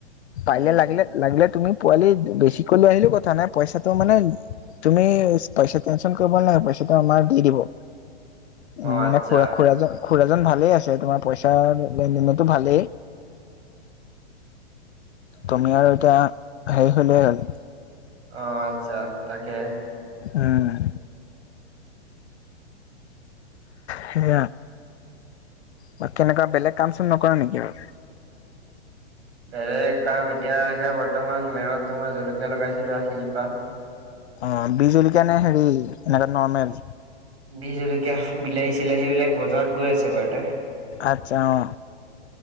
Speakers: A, on the left; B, on the right.
A: পাৰিলে
B: উম।
A: লাগিলে, লাগিলে, তুমি পোৱালি বেছিকৈ লৈ আহিলেও কথা নাই, পইচাটো মানে তুমি পইচা টেনশন কৰিব নালাগে, পইচাটো আমাৰ দি দিব। উম,
B: অ
A: মানে
B: আচ্ছা
A: খুৰা, খুৰাজন খুৰাজন ভালেই আছে, তোমাৰ পইচা লেন-দেনতো ভালেই। তুমি আৰু এতিয়া হেৰি হ'লে হ'ল।
B: অ, আচ্ছা, তাকে।
A: উম। সেয়া। বাকী এনেকুৱা বেলেগ কাম-চাম নকৰা নেকি আৰু?
B: বেলেগ কাম এতিয়ালেকে বৰ্তমান মেৰত তোমাৰ জলকীয়া লগাইছিলো আশীজোপা।
A: অ, বিহ জলকীয়া নে, হেৰি নৰ্মেল?
B: বিহ জলকীয়া, বিলাহী-চিলাহী বিলাক বজাৰত গৈ আছে বাৰুতে।
A: আচ্ছা, অ।